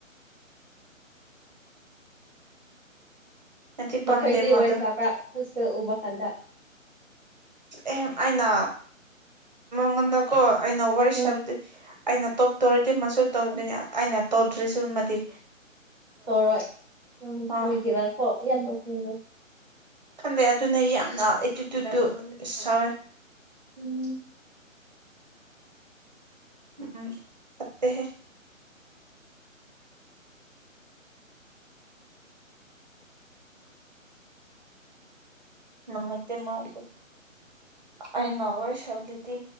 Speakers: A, on the right; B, in the centre.
A: ꯅꯠꯇꯦ
B: ꯅꯈꯣꯏꯗꯤ
A: ꯄꯥꯝꯗꯦ ꯃꯥꯗꯣ
B: ꯋꯥꯔꯤ ꯁꯥꯕ꯭ꯔꯥ ꯍꯣꯁꯇꯦꯜ ꯎꯕ ꯀꯥꯟꯗ
A: ꯑꯦ ꯑꯩꯅ ꯃꯉꯣꯟꯗꯀꯣ ꯑꯩꯅ ꯋꯥꯔꯤ
B: ꯎꯝ
A: ꯁꯥꯕꯗꯤ ꯑꯩꯅ ꯇꯣꯛꯇꯣꯔꯤꯗꯤ ꯃꯁꯨ ꯇꯧꯗꯣꯏꯅꯤ ꯑꯩꯅ ꯇꯧꯗ꯭ꯔꯤꯁꯨꯃꯗꯤ
B: ꯇꯧꯔꯣꯏ ꯎꯝ
A: ꯑꯥ
B: ꯀꯔꯤꯒꯤꯔꯥ ꯀꯣ ꯌꯥꯝ ꯅꯣꯛꯅꯤꯡꯉꯦ
A: ꯈꯟꯗꯦ ꯑꯗꯨꯅ ꯌꯥꯝꯅ ꯑꯦꯇꯤꯇ꯭ꯌꯨꯠꯇꯨ ꯁꯥꯎꯋꯦ
B: ꯎꯝ
A: ꯎꯝ ꯐꯠꯇꯦꯍꯦ ꯅꯪ ꯅꯠꯇꯦ ꯃꯥꯎꯁꯨ ꯑꯩꯅ ꯋꯥꯔꯤ ꯁꯥꯕꯗꯗꯤ